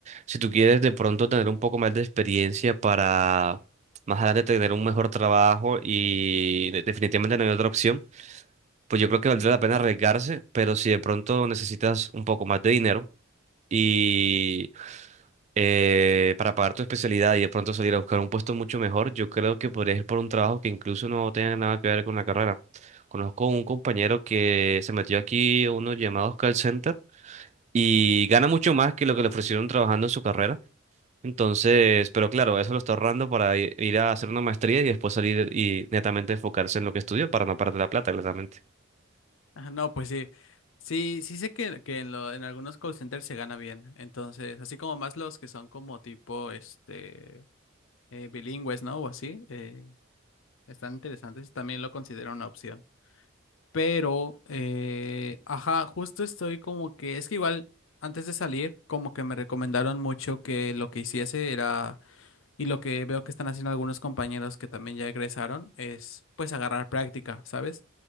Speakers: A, on the right; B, on the left.
A: si tú quieres de pronto tener un poco más de experiencia para más adelante tener un mejor trabajo y de- definitivamente no hay otra opción, pues yo creo que valdría la pena arriesgarse, pero si de pronto necesitas un poco más de dinero y eh, para pagar tu especialidad y de pronto salir a buscar un puesto mucho mejor, yo creo que podrías ir por un trabajo que incluso no tenga nada que ver con la carrera. Conozco un compañero que se metió aquí a unos llamados call center y gana mucho más que lo que le ofrecieron trabajando en su carrera. Entonces, pero claro, eso lo está ahorrando para i- ir a hacer una maestría y después salir y netamente enfocarse en lo que estudió para no perder la plata, claramente.
B: Ajá, No, pues sí. Sí, sí sé que, que en, lo- en algunos call centers se gana bien. Entonces, así como más los que son como tipo este eh, bilingües, ¿no? O así, eh, están interesantes. También lo considero una opción. Pero, eh, ajá, justo estoy como que, es que igual antes de salir, como que me recomendaron mucho que lo que hiciese era y lo que veo que están haciendo algunos compañeros que también ya egresaron es pues agarrar práctica, ¿sabes?